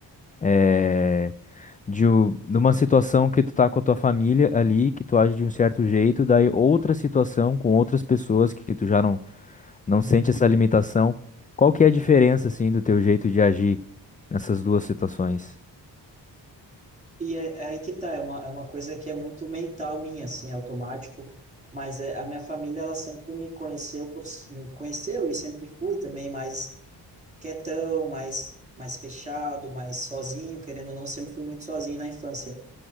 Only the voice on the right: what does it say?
Uhum.
E é, é aí que tá, é uma, é uma coisa que é muito mental minha, assim, é automático, mas é, a minha família, ela sempre me conheceu por, me conheceu e sempre fui também mais quietão, mais, mais fechado, mais sozinho, querendo ou não, sempre fui muito sozinho na infância.